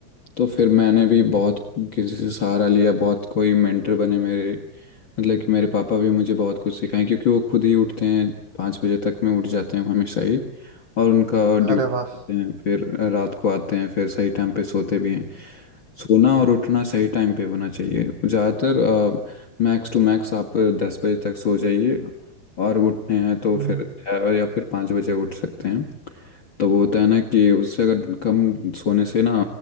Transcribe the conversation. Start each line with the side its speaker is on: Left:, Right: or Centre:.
Left: तो फिर मैंने भी बहुत किसी से सहारा लिया बहुत कोई मेंटर बने मेरे मतलब कि मेरे पापा भी मुझे बहुत कुछ सिखाए क्योंकि वो खुद ही उठते हैं पाँच बजे तक में उठ जाते हैं हमेशा ही और उनका ड्यूटी
Right: अरे वाह
Left: हैं फिर रात को आते हैं फिर सही टाइम पे सोते भी हैं सोना और उठना सही टाइम पे होना चाहिए ज़्यादातर मैक्स टू मैक्स आप दस बजे तक सो जाइए और उठने हैं तो
Right: हम्म
Left: फिर छः या फिर पाँच बजे उठ सकते हैं तो वो होता है ना कि उससे अगर कम सोने से ना